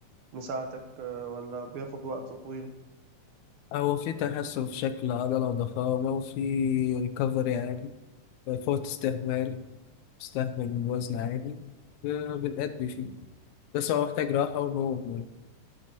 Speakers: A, on the right; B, on the left.
A: مساعدك آه، ولا بياخد وقت طويل
B: هو في تحسن في شكل العضلة وضخامة وفي ريكفري عادي فوت استهمال استهمل الوزن عادي آه، بنأدي فيه بس هو محتاج راحة ونوم